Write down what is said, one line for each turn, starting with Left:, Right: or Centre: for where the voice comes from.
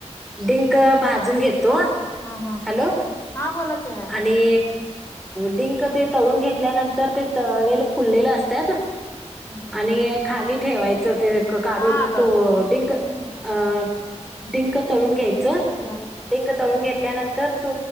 Centre: डिंक भाजून घेतो-
Left: हम हम.
Centre: हॅलो
Left: हा बोला की आहे.
Centre: आणि डिंक ते तळून घेतल्यानंतर ते तळलेल
Left: हम्म
Centre: फुललेलं असत्यात.
Left: हम्म हम्म
Centre: आणि
Left: हम्म
Centre: खाली ठेवायचं ते क काढून
Left: हा आलो
Centre: तो
Left: आलो
Centre: डिंक.
Left: हम्म
Centre: अ- डिंक तळून घ्यायचं-
Left: झाल.
Centre: डिंक तळून घेतल्यानंतर तू